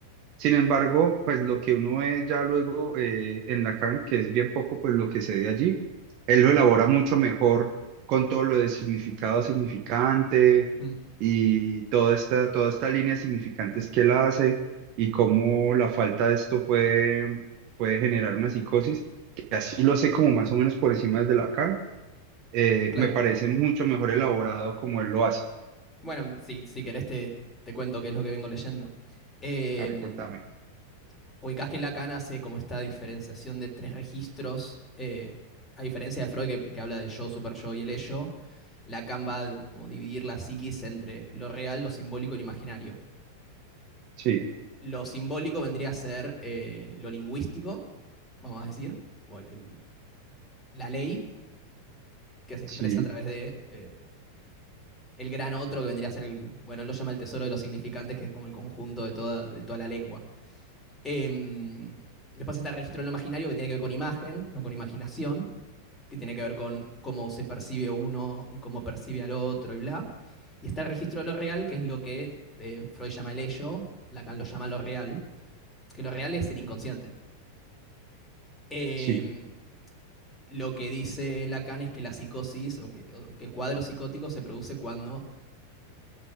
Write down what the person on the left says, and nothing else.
Mm,
claro.
Bueno, si, si querés te, te cuento qué es lo que vengo leyendo. Em,
ubicás que Lacan hace como esta diferenciación de tres registros, eh, a diferencia de Freud que, que habla del yo, superyo y el ello, Lacan va a como dividir la psiquis entre lo real, lo simbólico y lo imaginario.
Lo simbólico vendría a ser eh, lo lingüístico, vamos a decir, como el- el- la ley que se expresa
a través de eh, el gran otro que vendría a ser, el, bueno, él lo llama el tesoro de los significantes, que es como el conjunto de toda, de toda la lengua. Em, después está el registro de lo imaginario, que tiene que ver con imagen, no con imaginación. que tiene que ver con cómo se percibe uno y cómo percibe al otro y bla. Y está el registro de lo real, que es lo que eh, Freud llama el ello, Lacan lo llama lo real, que lo real es el inconsciente. Eh,
lo que dice Lacan es que la psicosis o que, que, el cuadro psicótico se produce cuando,